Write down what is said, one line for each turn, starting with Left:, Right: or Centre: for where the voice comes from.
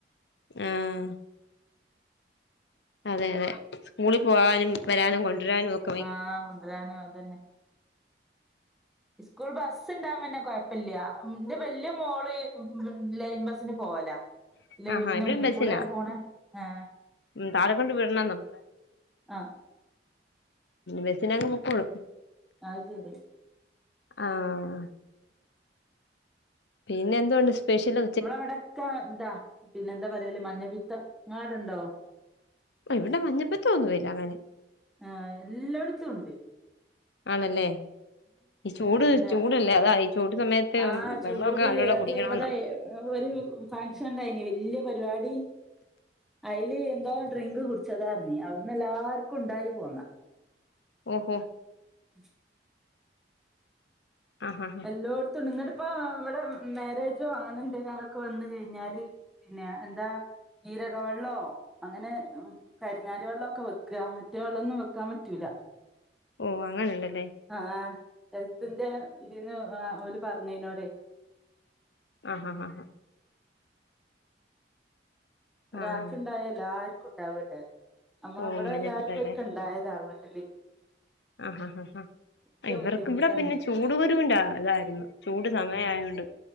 Left: ഉം അതെ അതെ സ്കൂളി പോവാനും വരാനും കൊണ്ടുവരാനും ഒക്ക്
Centre: ആഹ് കൊണ്ടരാനും അതന്നെ സ്കൂൾ ബസ്സ് ഇണ്ടാകുമ്പോ പിന്നെ കൊഴപ്പല്ല ഉം ഇന്റെ വല്യ മോള് ഉം ഉം ലൈൻ ബസ്സിന് പോവലാ
Left: ഉ
Centre: ഇല്ല
Left: ആഹ്
Centre: വീടിന്റെ
Left: ആഹ് ഇവിടെ
Centre: മുന്നിൽ
Left: ബസ്സിനാ
Centre: കൂടെ പോണേ ആഹ്
Left: ഉം താഴെക്കൊണ്ടുപോയി വിടണം നമ്മള്
Centre: ആഹ്
Left: ബസ്സിന് അങ്ങ് പൊക്കോളും
Centre: അത് ശരി
Left: ആഹ് പിന്നെ എന്തോണ്ട് സ്പെഷ്യല്
Centre: നമ്മളവടക്കെതാ പിന്നെന്താ പറയല് മഞ്ഞപിത്തം ങ്ങലവിടെണ്ടോ
Left: ഇവിടെ മഞ്ഞപ്പത്ത ഒന്നുമില്ല അങ്ങനെ
Centre: ആഹ് എല്ലട്ത്തുണ്ട്
Left: ആണ്ല്ലേ ഈ ചൂട്
Centre: ല്ല
Left: ചൂടല്ലേ അതാ ഈ ചൂട് സമയത്ത്
Centre: ആഹ് ചൂട്
Left: വെള്ളമൊക്കെ നല്ലോണം
Centre: അത്
Left: കുടിക്കണന്നാ
Centre: ഇവിടെ ഒരു ഫങ്ഷൻ ഉണ്ടായിന് വല്ല്യ പരിപാടി അയ്ല് എന്തോ ഡ്രിങ്ക് കുടിച്ചതാർഞ്ഞ് അവ്ട്ന്നെല്ലാര്ക്കും ഉണ്ടായ്പോന്നാ
Left: ഓഹോ
Centre: ഉ
Left: ആഹ് ഹാ
Centre: എല്ലോട്ത്തുണ്ട് ങ്ങട്പ്പോ വടെ മാരേജോ അങ്ങനെ എന്തെങ്കിലൊക്കെ വന്ന് കഴിഞ്ഞാല് പിന്നെ എന്താ ജീരകവെള്ളോ അങ്ങനെ കരിങ്ങാലി വെള്ളൊക്കെ വെക്കാ മറ്റേ വെള്ളൊന്നും വെക്കാൻ പറ്റൂല്ല
Left: ഓഹ് അങ്ങനെണ്ടല്ലേ
Centre: ആഹ് ആഹ് ഹെൽത്തിന്റെ ഇതിന്റെ അവര് പറഞ്ഞിരുന്നു
Left: ആഹ് ഹാ ഹാ
Centre: ഒരാക്ക്
Left: ആഹ്
Centre: ണ്ടായാ എല്ലാവർക്കും ഉണ്ടാവൊല്ലോ അത് അമ്മ
Left: ഓ
Centre: അവിടെ
Left: മഞ്ഞപ്പിത്തല്ലേ
Centre: എല്ലാർക്കും ഒര്ക്കെണ്ടായതാ വീട്ടില്
Left: ആഹ് ഹാ ഹാ ഹാ
Centre: വല്യ
Left: ഇവർക്ക്
Centre: ബുദ്ധിമുട്ടാണ്
Left: പിന്നെ ചൂ ചൂട് കുരുവിന്റെ ഇതായിരുന്നു ചൂട് സമയയതൊണ്ട്